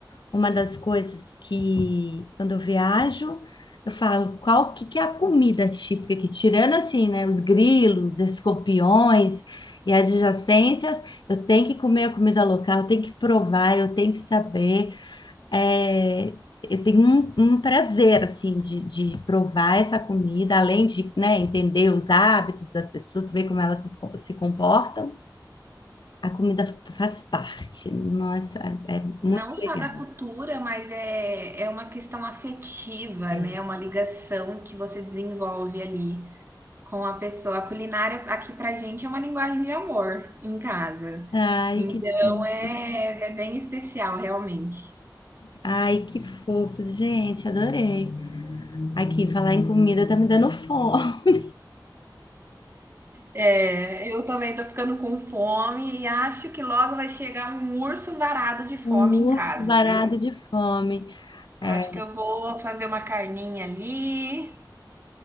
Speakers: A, on the left; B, on the right.
A: Uma das coisas que quando eu viajo, eu falo, qual que, que é a comida típica que tirando assim, né, os grilos, escorpiões e adjacências, eu tenho que comer a comida local, eu tenho que provar, eu tenho que saber, é, eu tenho um, um prazer, assim, de, de provar essa comida, além de, né, entender os hábitos das pessoas, ver como elas se, esco- se comportam. A comida faz parte. Nossa, é é
B: Não
A: muito
B: só
A: legal.
B: da cultura, mas é, é uma questão afetiva,
A: É.
B: né? É uma ligação que você desenvolve ali com a pessoa. A culinária aqui pra gente é uma linguagem de amor em casa.
A: Ai,
B: Então
A: que fofo.
B: é, é bem especial, realmente.
A: Ai, que fofo, gente, adorei. Aqui, falar em comida tá me dando fome. <laughs>
B: É, eu também tô ficando com fome e acho que logo vai chegar um urso varado de fome
A: Um
B: em
A: urso
B: casa,
A: varado
B: viu?
A: de fome. É,
B: Acho que eu vou fazer uma carninha ali.